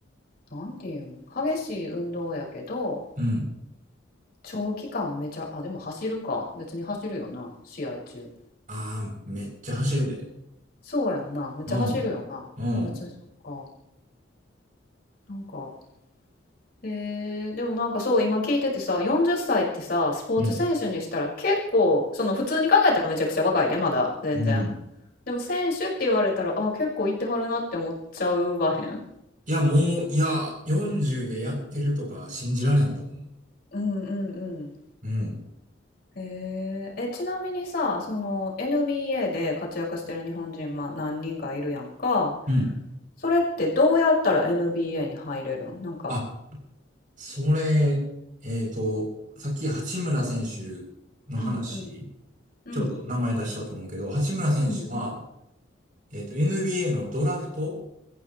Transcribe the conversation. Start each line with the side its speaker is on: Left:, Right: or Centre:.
Left: う、なんていうん、激しい運動やけど、
Right: うん。
Left: 長期間めちゃ、あ、でも走るか。別に走るよな、試合中。
Right: ああ、めっちゃ走るで。
Left: そうやんな。めっちゃ走るよな。
Right: うん、うん、
Left: まあ別にそっか。なんか、えー、でもなんかそう今聞いててさ40歳っさいってさスポーツ選手にしたら結構その普通に考えたらめちゃくちゃ若いでまだ全然
Right: うん。うん、
Left: でも選手って言われたらあ結構行ってはるなって思っちゃうわへん
Right: いや、もう、いや、40でやってるとか信じられんと思う。
Left: うんうんうん
Right: うん。
Left: へええちなみにさその NBA で活躍してる日本人まあ何人かいるやんか
Right: うん。
Left: それってどうやったら NBA に入れるんなんか
Right: あ、それ、えっと、さっき八村選手の話、
Left: うんうんうん
Right: ちょっと名前出したと思うけど、八村選手は、
Left: うんうん
Right: えっと、NBA のドラフト